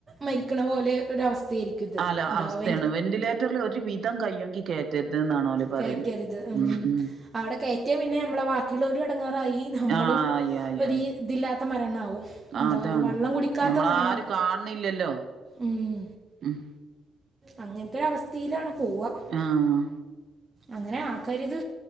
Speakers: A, on the right (about 25°); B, on the right (about 55°).
A: മരിക്കണ പോലെ ഒരവസ്ഥയായിരിക്കും ഇത്
B: അല്ല
A: ഉണ്ടാവുക
B: അവസ്ഥയാണ് വെന്റിലേറ്ററിൽ ഒരു വിധം കഴിയെങ്കിൽ കയറ്റരുതെന്നാണ് ഓര് പറയൽ
A: കയറ്റരുത് ഉം.
B: മ് മ്
A: അവിടെ കയറ്റിയാൽ പിന്നെ നമ്മളെ ബാക്കിയുള്ളൊരും ഇടങ്ങാറായി നമ്മളും
B: ആഹ് ആയി ആയി
A: ഒരു
B: ആയി
A: തില്ലാത്ത മരണാവും
B: ആഹ്
A: ന്താ
B: അതാണ്
A: ഒരു വള്ളം കുടിക്കാത്ത
B: ഞമ്മളാരും
A: മരണം
B: കാണില്ലല്ലോ
A: ഉം
B: ഉം
A: അങ്ങനത്തെരുവസ്ഥയിലാണ് പോവ
B: ആഹ
A: അങ്ങനെ ആക്കരിത്